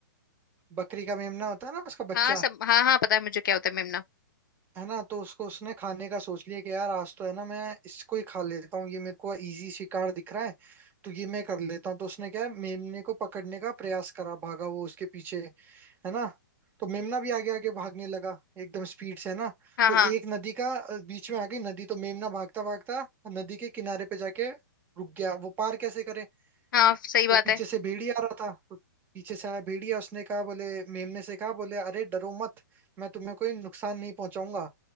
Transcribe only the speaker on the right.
बकरी का मेमना होता है ना उसका बच्चा
है ना तो उसको उसने खाने का सोच लिया कि यार आज तो है ना मैं इसको ही खा लेता हूँ ये मेरे को इजी शिकार दिख रहा है तो ये मैं कर लेता हूँ तो उसने क्या है, मेमने को पकड़ने का प्रयास करा भागा वो उसके पीछे है ना तो मेमना भी आगे आगे भागने लगा एकदम स्पीड से है ना
तो
एक नदी का अ, बीच में आ गई नदी तो मेमना भागता भागता नदी के किनारे पे जाके रुक गया वो पार कैसे करे
तो पीछे
से भेड़िया आ रहा था तो पीछे से आया भेड़िया उसने कहा बोले मेमने से कहा बोले अरे डरो मत मैं तुम्हें कोई नुकसान नहीं पहुंचाऊंगा